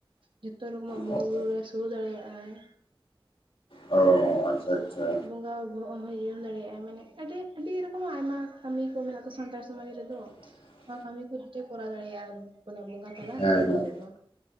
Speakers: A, on the right; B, on the left.
A: ᱡᱚᱛᱚ ᱨᱚ ᱠᱚᱢᱟᱜ ᱵᱚᱸᱜᱟ
B: ᱦᱩᱸ
A: ᱵᱩᱨᱩ ᱨᱮ ᱥᱩᱨ ᱫᱟᱲᱮᱭᱟᱜᱼᱟᱭ᱾
B: ᱚ ᱟᱪᱪᱷᱟ ᱟᱪᱪᱷᱟ᱾
A: ᱵᱚᱸᱜᱟ ᱵᱚᱦᱚᱜ ᱦᱚᱸᱭ ᱡᱚᱢ ᱫᱟᱲᱮᱭᱟᱜᱼᱟ, ᱢᱟᱱᱮ ᱟᱹᱰᱤ ᱟᱹᱰᱤ ᱨᱚᱠᱚᱢᱟᱜ ᱟᱭᱢᱟ ᱠᱟᱢᱤ ᱠᱚ ᱢᱮᱱᱟᱜ-ᱟ ᱛᱚ ᱥᱟᱱᱛᱟᱲ ᱥᱚᱢᱟᱡᱽ ᱨᱮᱫᱚ᱾
B: ᱯᱷᱥ-ᱥ-ᱥ ᱾
A: ᱱᱚᱣᱟ ᱠᱟᱹᱢᱤ ᱠᱚ ᱡᱚᱛᱚᱭ ᱠᱚᱨᱟᱣ ᱫᱟᱲᱮᱭᱟᱜᱼᱟ ᱢᱟᱱᱮ ᱵᱚᱸᱜᱟ ᱛᱟᱞᱟ
B: ᱦᱮᱸ
A: ᱦᱩᱭ
B: ᱦᱮᱸ
A: ᱠᱟᱛᱮᱜ ᱫᱚ᱾